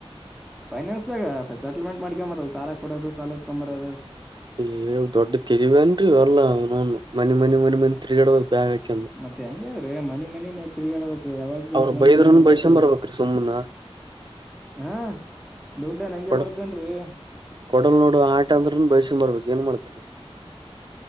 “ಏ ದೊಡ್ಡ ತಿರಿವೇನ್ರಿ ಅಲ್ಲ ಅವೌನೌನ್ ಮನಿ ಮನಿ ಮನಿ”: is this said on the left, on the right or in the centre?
Right